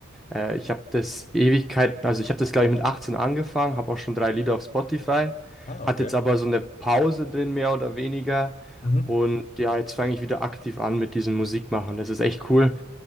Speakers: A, in the centre; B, on the left (about 35°).
A: Äh, ich habe das Ewigkeiten, also ich habe das, glaube ich, mit 18 angefangen, habe auch schon drei Lieder auf Spotify,
B: Ah,
A: hat
B: okay.
A: jetzt aber so eine Pause drin, mehr oder weniger.
B: Mhm.
A: Und ja, jetzt fange ich wieder aktiv an mit diesem Musikmachen. Das ist echt cool.